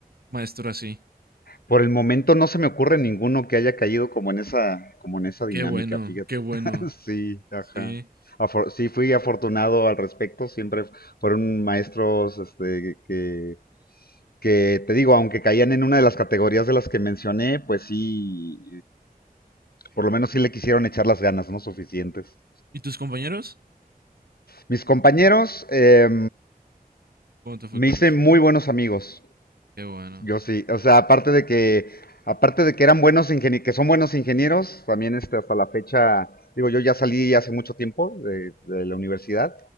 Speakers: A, on the right (about 75°); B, on the left (about 75°).
A: maestro así.
B: Por el momento no se me ocurre ninguno que haya caído como en esa, como en esa dinámica,
A: Qué bueno,
B: fíjate.
A: qué bueno,
B: <laughs> Sí, ajá.
A: sí.
B: Afor- sí, fui afortunado al respecto. Siempre fueron maestros, este, que, que te digo, aunque caían en una de las categorías de las que mencioné, pues sí, Por lo menos sí le quisieron echar las ganas, ¿no? Suficientes.
A: ¿Y tus compañeros?
B: Mis compañeros, eh,
A: ¿Cómo te fue
B: me
A: con
B: hice
A: eso?
B: muy buenos amigos.
A: Qué bueno,
B: Yo sí, o sea, aparte de que, aparte de que eran buenos ingenie que son buenos ingenieros, también este, hasta la fecha, digo, yo ya salí hace mucho tiempo de, de la universidad